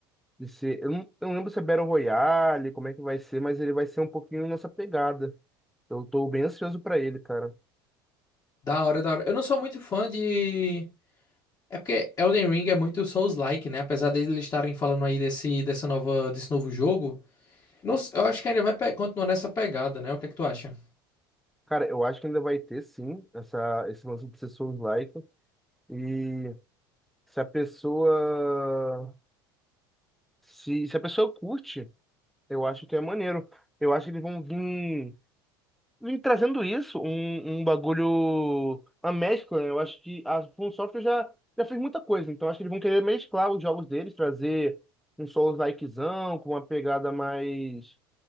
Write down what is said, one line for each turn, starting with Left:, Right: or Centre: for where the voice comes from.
Centre: de ser. Eu não, eu não lembro se é Battle Royale, como é que vai ser, mas ele vai ser um pouquinho nessa pegada. Eu tô bem ansioso pra ele, cara.
Left: Da hora, da hora. Eu não sou muito fã de. É porque Elden Ring é muito Souls-like, né? Apesar deles estarem falando aí desse, dessa nova, desse novo jogo, não s- eu acho que ainda vai pe- continuar nessa pegada, né? O que é que tu acha?
Centre: Cara, eu acho que ainda vai ter sim essa, esse lance de ser Souls-like. E se a pessoa. Se, se a pessoa curte, eu acho que é maneiro. Eu acho que eles vão vir, vir trazendo isso, um, um bagulho. Uma mescla, né? Eu acho que a From Software já, já fez muita coisa. Então acho que eles vão querer mesclar os jogos deles, trazer um Souls-likezão, com uma pegada mais.